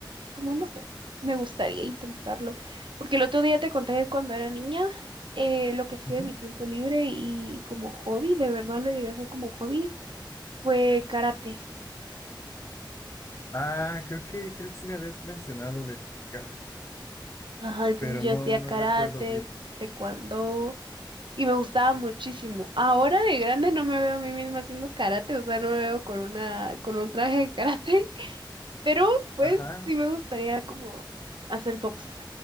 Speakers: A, on the right; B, on the left.
A: como no sé, me gustaría intentarlo. Porque el otro día te conté que cuando era niña, eh, lo que hacía
B: Ujú.
A: en mi tiempo libre y como hobby, de verdad lo llegué a hacer como hobby fue karate.
B: Ah, creo que, creo que sí me habías mencionado del karate,
A: Ajá, entonces
B: pero
A: yo
B: no,
A: hacía
B: no
A: karate,
B: recuerdo bien.
A: taekwondo y me gustaba muchísimo. Ahora de grande no me veo a mí misma haciendo karate, o sea, no me veo con una con un traje de karate, <laughs> pero pues
B: Ajá,
A: sí me gustaría como hacer box.